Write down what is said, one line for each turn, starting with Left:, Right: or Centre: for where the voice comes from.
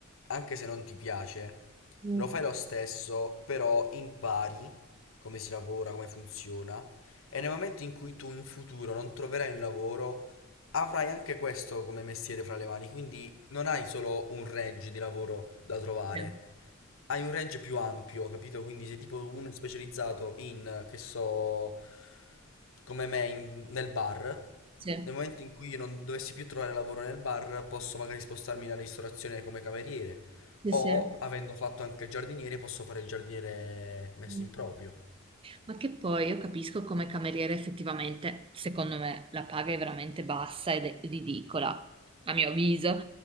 Left: anche se non ti piace,
Right: Mm,
Left: lo fai lo stesso, però impari come si lavora, come funziona e nel momento in cui tu in futuro non troverai un lavoro, avrai anche questo come mestiere fra le mani, quindi non hai solo un range di lavoro da trovare,
Right: Sì,
Left: hai un range più ampio, capito? Quindi se tipo uno è specializzato in, che so, come me, in- nel bar,
Right: sì,
Left: nel momento in cui io non dovessi più trovare lavoro nel bar, posso magari spostarmi nella ristorazione come cameriere.
Right: sì,
Left: O,
Right: sì.
Left: avendo fatto anche il giardiniere, posso fare il giardiniere messo
Right: Mm.
Left: in proprio.
Right: Ma che poi io capisco come cameriere effettivamente, secondo me, la paga è veramente bassa ed è ridicola, a mio avviso,